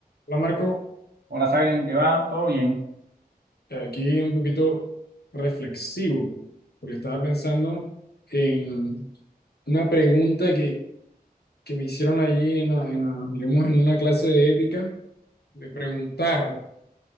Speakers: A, on the left (about 85°); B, on the right (about 80°).
A: Hola Marco,
B: Hola, Silen, ¿qué va? ¿Todo bien?
A: aquí un poquito reflexivo, porque estaba pensando en una pregunta que, que me hicieron allí en, la- en la- digamos, en una clase de ética. Me preguntaron,